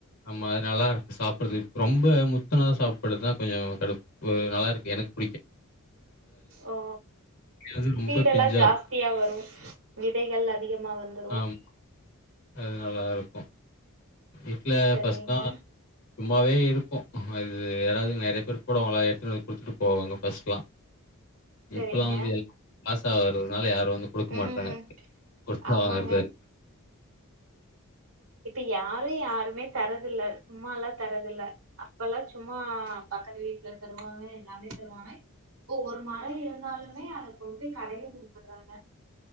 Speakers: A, on the left; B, on the right.
A: ஆமா அது நல்லா சாப்புர்றதுக் ரொம்ப முத்துனத சாப்புர்றதா கொஞ்சொ கடுப்பு நல்லா இருக்கு எனக்
B: ஓ
A: வந்து ரொம்ப
B: சீடெல்லா
A: பிஞ்சா
B: ஜாஸ்தியா
A: இருக்கும்.
B: வரு விதைகள் அதிக மா வந்துரு
A: ஆமா. அது நல்லா இருக்கு வீட்ல
B: சரிங்க
A: ஃப்ர்ஸ்ட் தா சும்மாவே இருக்கு நம்ம அது ஏதாவ்து நெறைய பேர் போடுவாங்கள அத எடுத்துன்து குடுத்துட்டு போவாங்க ஃபர்ஸ்ட்லா
B: சரிங்க
A: இப்பல்லா வந்து எல் காசா வர்றதுனால யாரு வந்து குடுக்க
B: ம்
A: மாட்றாங்க குடுத்
B: ஆமாங்க
A: வாங்குறதாரு
B: ப யாரு யாருமே தரதில்ல சும்மால்லா தரதில்ல அப்பல்லா சும்மா பக்கத்து வீட்ல தருவாங்க எல்லாமே தருவாங்க இப்பொ ஒரு ம ழை இருந்தாலுமே அதக் கொண்ட் போய் கடையில குடுத்துர்றாங்க